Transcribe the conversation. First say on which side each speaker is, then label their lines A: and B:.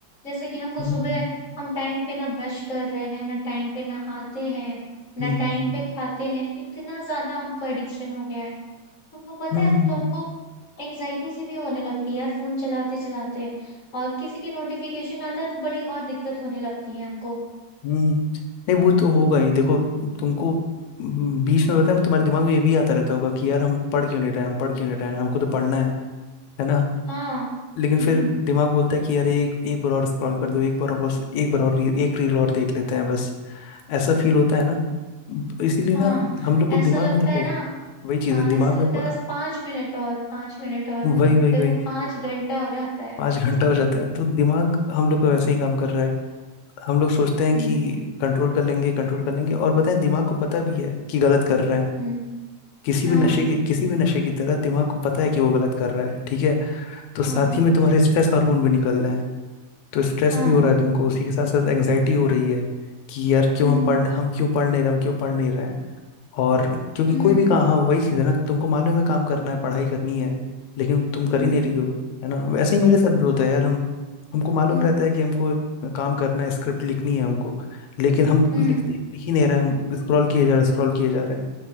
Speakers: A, on the left; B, on the left.
A: जैसे कि हमको
B: हम्म
A: सुबह हम टाइम पे ना ब्रश कर रहे हैं ना टाइम पे नहाते हैं ना
B: हम्म हम्म
A: टाइम पे खाते हैं इतना ज्यादा हमको एडिक्शन हो गया है तुमको पता
B: हम्म,
A: है
B: हम्म,
A: तो हमको एंजाइटी से भी होने लगती है यार फोन चलाते चलाते और किसी के नोटिफिकेशन आता है तो बड़ी और दिक्कत होने लगती है हमको
B: हम्म हम्म। नहीं वो तो होगा ही देखो तुमको हम्म, बीच में पता है तुम्हारे दिमाग में ये भी आता रहता होगा कि यार हम पढ़ क्यों नहीं रहे हैं, हम पढ़ क्यों नहीं रहे हैं, हमको तो पढ़ना है है ना
A: हाँ
B: लेकिन
A: हम्म
B: फिर दिमाग बोलता है कि यार एक एक बार और स्क्रॉल कर दो एक बार और बस एक बार और रील, एक रील और देख लेते हैं बस ऐसा फील होता है ना ब- इसीलिए
A: हाँ
B: ना हम लोग को
A: ऐसा
B: दिमाग
A: लगता
B: में देखो
A: है ना
B: वही चीज
A: हाँ
B: है दिमाग
A: ऐसा लगता
B: में प-
A: है बस पांच मिनट और पांच मिनट और
B: वही वही
A: फिर
B: वही
A: वो पांच घंटा हो जाता है
B: पाँच घंटा हो जाता है तो दिमाग हम लोग का वैसे ही काम कर रहा है हम लोग सोचते हैं
A: हम्म
B: कि कंट्रोल कर लेंगे कंट्रोल कर लेंगे और पता है दिमाग को पता भी है कि गलत कर रहे हैं
A: हम्म
B: किसी
A: हाँ
B: भी नशे की किसी भी नशे की तरह दिमाग को पता है कि वो गलत कर रहा है ठीक है
A: हाँ
B: तो साथ ही में तुम्हारे स्ट्रेस हार्मोन भी निकल रहे हैं तो स्ट्रेस
A: हाँ
B: भी हो रहा है तुमको उसी के साथ साथ एंग्जाइटी हो रही है कि यार क्यों
A: हम्म
B: हम पढ़ नहीं हम क्यों पढ़ नहीं रहे हम क्यों पढ़ नहीं रहे हैं और क्योंकि
A: हम्म
B: कोई भी काम हाँ वही चीज़ है ना तुमको मालूम है काम करना है पढ़ाई करनी है लेकिन तुम कर
A: हम्म
B: ही नहीं रही हो है ना वैसे ही मेरे साथ भी होता है यार हम हमको मालूम
A: हम्म
B: रहता है कि हमको एक काम करना है स्क्रिप्ट लिखनी है हमको लेकिन हम
A: हम्म
B: लिखते लिख ही नहीं रहे हम स्क्रॉल किए जा रहे स्क्रॉल किए जा रहे हैं